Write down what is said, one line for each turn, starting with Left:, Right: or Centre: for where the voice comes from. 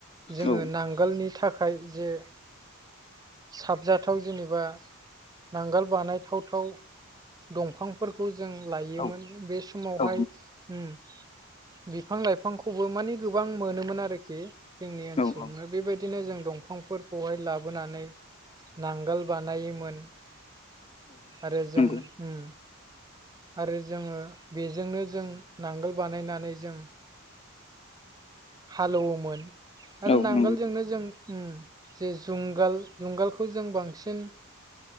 Right: जोङो
Left: औ
Right: नांगोलनि थाखाय जे साबजाथाव जेनेबा नांगोल बानायथाव थाव दंफांफोरखौ जों लायोमोन
Left: औ
Right: बे समावहाय
Left: औ
Right: उम। बिफां लाइफांखौबो माने गोबां मोनोमोन आरोखि जोंनि ओनसोलावनो
Left: नंगौ औ
Right: बेबायदि बिदिनो जों दंफांफोरखौहाय लाबोनानै नांगोल बानायोमोन आरो जों
Left: नंगौ
Right: उम। आरो जोङो बेजोंनो जों नांगोल बानायनानै जों हालौवोमोन आरो
Left: औ
Right: नांगोलजोंनो
Left: नंगौ
Right: जों उम जे जुंगाल जुंगालखौ जों बांसिन